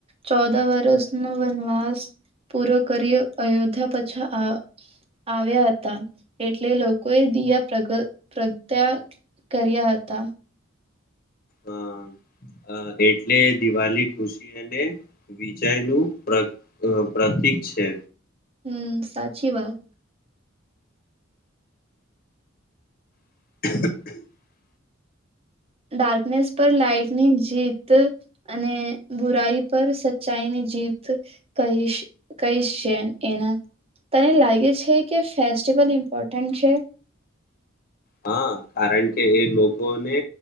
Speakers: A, on the right (about 30°); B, on the left (about 45°).
A: ચૌદ વરસ નો વનવાસ પૂરો કર્યો અયોધ્યા પાછા આવ આવ્યા હતા એટલે લોકોએ દિયા પ્રગ પ્રગટ્યા કર્યા હતા
B: અ અ એટલે દિવાલી ખુશી અને વિજય નું પ્ર પ્રતિક છે
A: હમ સાચી વાત
B: <unintelligible>
A: <inaudible> નેસ પર લાઇટની જીત તું અને બુરાઈ પર સચ્ચાઈની જીત કહીશ કહીશ છે એના તને લાગે છે કે ફેસ્ટિવલ ઇમ્પોર્ટન્ટ છે
B: હા કારણ કે એ લોકોને